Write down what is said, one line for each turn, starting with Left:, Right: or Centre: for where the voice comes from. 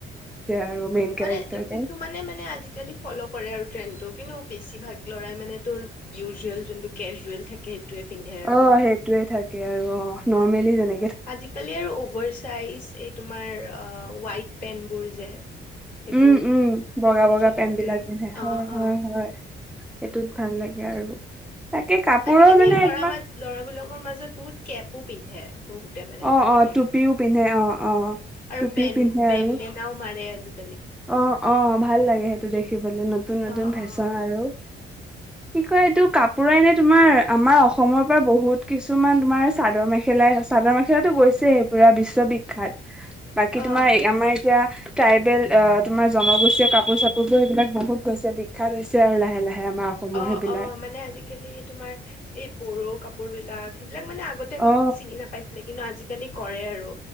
Centre: আৰু মেইন কেৰেক্টাৰ
Left: মানে কিছুমানে
Centre: টাইপ
Left: মানে আজিকালি ফ'ল' কৰে আৰু ট্ৰেণ্ডটোক। কিন্তু বেছি ভাগ ল'ৰাই মানে তোৰ ইউজুৱেল যোনটো কেজুৱেল থাকে। সেইটোৱে পিন্ধে আৰু
Centre: অ সেইটোৱে থাকে আৰু অ নৰ্মেলি যেনেক
Left: আজিকালি আৰু অভাৰ চাইজ এইবোৰে তোমাৰ অ হোৱাইট পেন্ট বোৰ যে সেইবোৰ
Centre: উম উম বগা
Left: সেইবোৰ
Centre: বগা
Left: চলিছে
Centre: পেন্ট বিলাক পিন্ধে হয়-
Left: অ
Centre: হয়-হয়
Left: অ
Centre: সেইটোত ভাল লাগে আৰু তাকে কাপোৰৰ
Left: আজিকালি
Centre: মানে
Left: ল'ৰা
Centre: তোমাৰ
Left: মানুহ ল'ৰাবলাকৰ মাজত বহুত কেপো পিন্ধে। বহুতে মানে
Centre: অ
Left: আজিকালি
Centre: অ টুপিও পিন্ধে অ অ
Left: আৰু
Centre: টুপিও
Left: বেন
Centre: পিন্ধে
Left: বেনদেনাও
Centre: আৰু
Left: মাৰে আজিকালি
Centre: অ অ ভাল লাগে সেইটো দেখিবলে নতুন নতুন
Left: অ
Centre: ফেশ্বন
Left: অ
Centre: আৰু কি কয় এইটো কাপোৰ এনে তোমাৰ আমাৰ অসমৰ পৰা বহুত কিছুমান তোমাৰ চাদৰ মেখেলা চাদৰ মেখেলাতো গৈছে পুৰা বিশ্ব উ বিখ্যাত বাকী
Left: অ
Centre: তোমাৰ আমাৰ যতি ট্ৰাইবেল অ তোমাৰ জনগোষ্ঠীয় কাপোৰ চাপোৰ বোৰ সেইবিলাক বহুত বিখ্যাত হৈছে আৰু লাহে লাহে আমাৰ অসমৰ
Left: অ
Centre: সেইবিলাক
Left: অ মানে আজিকালি তোমাৰ এই বড়ো কাপোৰ কাপোৰ বিলাক এইলাক মানে আগতে
Centre: অ
Left: চিনি নাপাইছিলে। কিন্তু আজিকালি কৰে আৰু